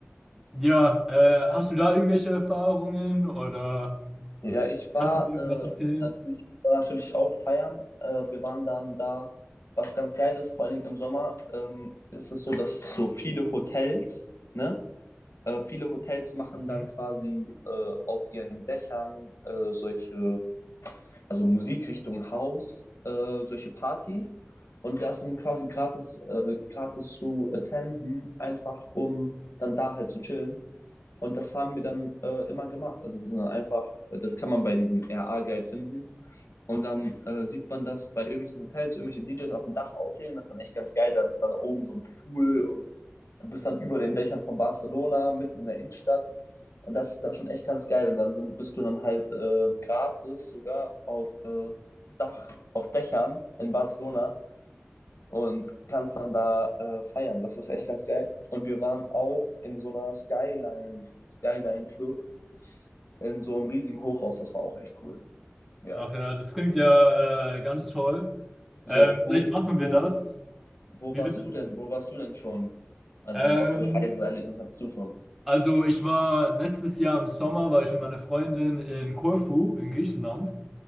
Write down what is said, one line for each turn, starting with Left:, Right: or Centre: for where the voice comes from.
Centre: ja, äh, hast du da irgendwelche Erfahrungen oder
Left: Ja, ich war
Centre: kannst du mir irgendwas
Left: äh,
Centre: empfehlen?
Left: natürlich, ich war natürlich auch feiern. Äh, wir waren dann da, was ganz geil ist, vor allen Dingen im Sommer, ähm, ist es so, dass es so viele Hotels, ne? Äh, viele Hotels machen
Centre: Mhm.
Left: dann quasi äh, auf ihren Dächern äh, solche, also Musikrichtung House, äh, solche Partys. Und das sind quasi gratis, äh, gratis zu attenden, einfach um dann da halt zu chillen. Und das haben wir dann äh, immer gemacht. Also wir sind dann einfach, äh, das kann man bei diesem RA-Guide finden. Und dann äh, sieht man das bei irgendwelchen Hotels, irgendwelche DJs auf dem Dach auflegen. Das ist dann echt ganz geil. Dann ist dann da oben so ein Pool und du bist dann über den Dächern von Barcelona, mitten in der Innenstadt. Und das ist dann schon echt ganz geil. Und dann sind, bist du dann halt äh, gratis sogar auf äh, Dach, auf Dächern in Barcelona und kannst dann da äh, feiern. Das ist echt ganz geil. Und wir waren auch in so einer Skyline, Skyline Club, in so einem riesigen Hochhaus. Das war auch echt cool. Ja.
Centre: Ach ja, das klingt ja äh, ganz toll.
Left: So,
Centre: Ähm, vielleicht
Left: wo,
Centre: machen wir
Left: wo,
Centre: das.
Left: wo
Centre: Wie
Left: warst
Centre: bitte?
Left: du denn? Wo warst du denn schon? Also,
Centre: Ähm,
Left: was für Reiseerlebnis hattest du schon?
Centre: also ich war letztes Jahr im Sommer, war ich mit meiner Freundin in Korfu in Griechenland.